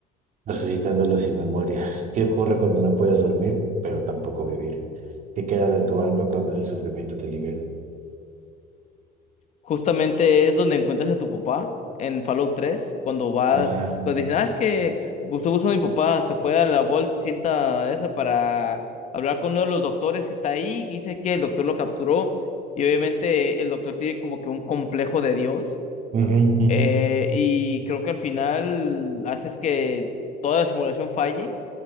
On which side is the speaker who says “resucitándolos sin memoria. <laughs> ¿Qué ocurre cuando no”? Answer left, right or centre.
Right